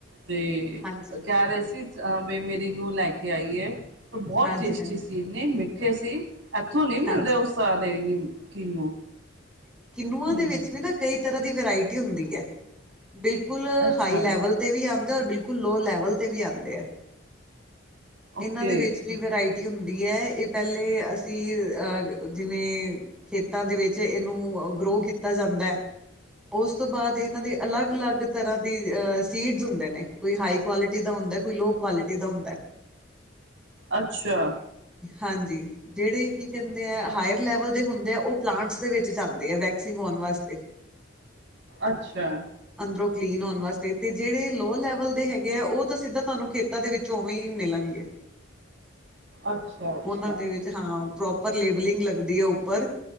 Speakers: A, on the right (about 75°); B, in the centre.
A: ਤੇ
B: ਹਾਂਜੀ
A: ਕਹਿ ਰਹੇ ਸੀ ਮ ਮੇਰੀ ਨੂੰਹ ਲੈ ਕੇ ਆਈ ਹੈ ਪਰ ਬਹੁਤ
B: ਹਾਂਜੀ
A: ਟੇਸਟੀ
B: ਹਾਂਜੀ
A: ਸੀ ਇੰਨੇ ਮਿੱਠੇ ਸੀ ਇੱਥੋਂ ਨਈ ਮਿਲਦੇ
B: ਹਾਂਜੀ
A: ਉਸ ਤਰ ਦੇ ਨੀ ਕਿਨੂੰ
B: ਓਨਾ
A: ਹੂੰ
B: ਦੇ ਵਿੱਚ ਵੀ ਨਾ ਕਈ ਤਰਾ ਦੀ ਵਰਾਇਟੀ ਹੁੰਦੀ ਹੈ। ਬਿਲਕੁਲ
A: ਅੱਛਾ
B: ਹਾਈ ਲੈਵਲ ਤੇ ਵੀ ਆਉਂਦੇ ਆ ਰ ਬਿਲਕੁਲ ਲੋ ਲੈਵਲ ਤੇ ਵੀ ਆਉਂਦੇ ਹ।
A: ਓਕੇ
B: ਇਹਨਾਂ ਦੇ ਵਿੱਚ ਵੀ ਵਰਾਇਟੀ ਹੁੰਦੀ ਹੈ ਇਹ ਪਹਿਲੇ ਅਸੀਂ ਅਹ ਜਿਵੇਂ ਖੇਤਾਂ ਦੇ ਵਿੱਚ ਇਹਨੂੰ ਗਰੋ ਕੀਤਾ ਜਾਂਦਾ ਹੈ ਓਸ ਤੋਂ ਬਾਅਦ ਇਹਨਾਂ ਦੇ ਅਲੱਗ- ਅਲੱਗ ਤਰਾ ਦੀ ਅ ਸੀਡਜ਼ ਹੁੰਦੇ ਨੇ ਕੋਈ ਹਾਈ ਕੁਆਲਿਟੀ ਦਾ ਹੁੰਦਾ ਕੋਈ ਲੋਹ ਕੁਆਲਿਟੀ ਦਾ ਹੁੰਦਾ ਹ।
A: ਅੱਛਾ
B: ਹਾਂਜੀ ਜਿਹੜੇ ਕੀ ਕਹਿੰਦੇ ਆ ਹਾਇਰ ਲੈਵਲ ਦੇ ਹੁੰਦੇ ਆ ਉਹ ਪਲਾਂਟਸ ਦੇ ਵਿੱਚ ਜਾਂਦੇ ਆ ਵੈਕਸਿੰਗ ਹੋਣ ਵਾਸਤੇ
A: ਅੱਛਾ
B: ਅੰਦਰੋਂ ਕਲੀਨ ਹੋਣ ਵਾਸਤੇ ਤੇ ਜਿਹੜੇ ਲੋ ਲੈਵਲ ਦੇ ਹੈਗੇ ਆ ਉਹ ਤਾਂ ਸਿੱਧਾ ਤੁਹਾਨੂੰ ਖੇਤਾਂ ਦੇ ਵਿੱਚ ਉਵੇਂ ਮਿਲਣਗੇ।
A: ਅੱਛਾ-ਅੱਛਾ
B: ਉਹਨਾਂ ਦੇ ਵਿੱਚ ਹਾਂ, ਪ੍ਰੋਪਰ ਲੇਬਲਿੰਗ ਲੱਗਦੀ ਹੈ ਉੱਪਰ